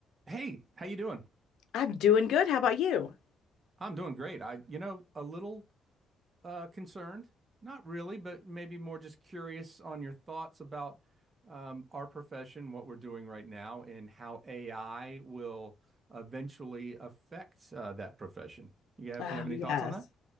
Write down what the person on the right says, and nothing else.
Hey, how you doing?
I'm doing great. I, you know, a little uh concerned. Not really, but maybe more just curious on your thoughts about um, our profession, what we're doing right now, and how AI will eventually affect uh, that profession. You have,
you have any
thoughts on that?